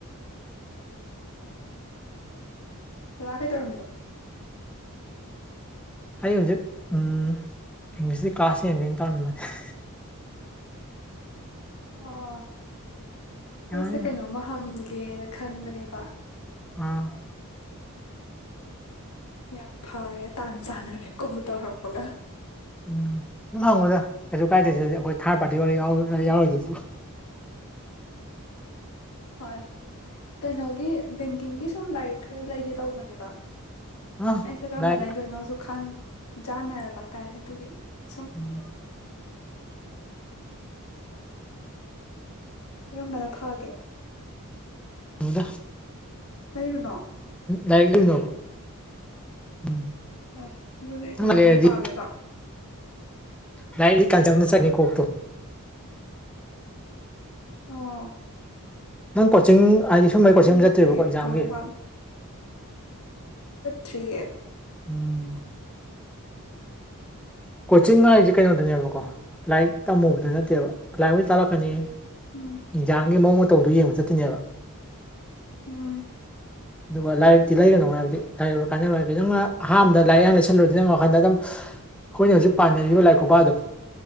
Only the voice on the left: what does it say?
ꯑꯣꯖꯥ ꯀꯩꯗꯧꯔꯝꯃꯤꯅꯣ
ꯑꯣ
ꯑꯩꯁꯦ ꯀꯩꯅꯣꯃ ꯍꯪ ꯒꯦꯅ ꯈꯟꯕꯅꯦꯕ
ꯌꯥꯝ ꯐꯔꯦ ꯇꯥꯟ ꯆꯥꯟꯅꯔꯦ ꯀꯣꯜ ꯇꯧꯔꯛꯄꯒ
ꯍꯣꯏ ꯀꯩꯅꯣꯒꯤ ꯕꯦꯡꯀꯤꯡꯒꯤ ꯁꯨꯝ ꯂꯥꯏꯔꯤꯛ ꯈꯔ ꯂꯩꯒꯦ ꯇꯧꯕꯅꯦꯕ
ꯑꯩꯁꯦ ꯀꯔꯝꯕ
ꯂꯩꯗꯣꯏꯅꯣꯁꯨ ꯈꯪꯖꯥꯟꯅꯔꯕ ꯍꯥꯏꯇꯥꯔꯦ ꯑꯗꯨꯒꯤ ꯁꯨꯝ
ꯀꯔꯝꯕꯅ ꯐꯦ
ꯇꯔꯨꯅꯣ
ꯑꯦ ꯑꯗꯨꯗꯤ ꯀꯃꯥꯏꯅ
ꯄꯥꯗꯣꯏꯕ
ꯑꯣ
ꯑꯗꯨꯗꯤ
ꯀꯃꯥꯏ ꯄꯥ ꯊ꯭ꯔꯤꯌꯦ
<unintelligible>
ꯎꯝ
ꯎꯝ